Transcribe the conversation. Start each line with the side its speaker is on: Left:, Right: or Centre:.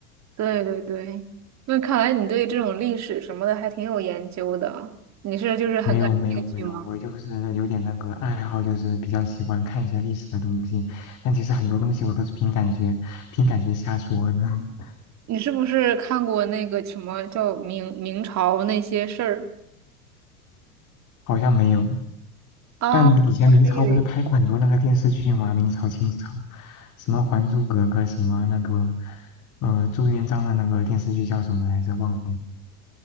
Right: 对对对，那看来你对这种历史什么的还挺有研究的。你是就是很感兴趣吗？
Left: 没有没有没有，我就是有点那个爱好，就是比较喜欢看一些历史的东西，但其实很多东西我都是凭感觉，凭感觉瞎说的，<laughs>
Right: 你是不是看过那个什么叫明明朝那些事儿
Left: 好像没有。
Right: 啊？
Left: 但以前明朝不是拍过很多那个电视剧吗？
Right: 我还以为
Left: 明朝、清朝，什么《还珠格格》，什么那个，呃，朱元璋的那个电视剧叫什么来着？忘了。